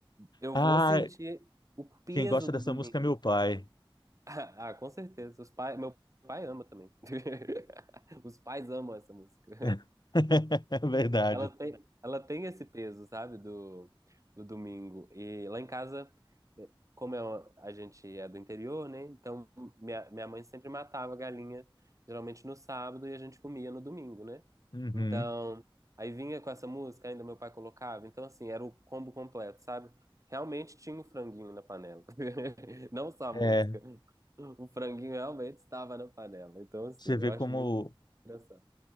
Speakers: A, on the right; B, on the left.
A: eu
B: Ah,
A: vou sentir o peso
B: quem gosta
A: do
B: dessa
A: domingo.
B: música é meu pai.
A: <laughs> Ah, com certeza. Os pai, meu pai ama também. <laughs> Os pais amam essa música.
B: <laughs> É verdade.
A: Ela tem, ela tem esse peso, sabe, do, do domingo. E lá em casa, eh, como é uma- a gente é do interior, né? Então minha, minha mãe sempre matava a galinha, geralmente no sábado, e a gente comia no domingo, né?
B: Uhum.
A: Então, aí vinha com essa música, ainda meu pai colocava. Então, assim, era o combo completo, sabe? Realmente tinha o franguinho na panela. <laughs> Não só a
B: É,
A: música. O franguinho realmente estava na panela. Então, assim,
B: você vê
A: eu acho
B: como,
A: muito engraçado.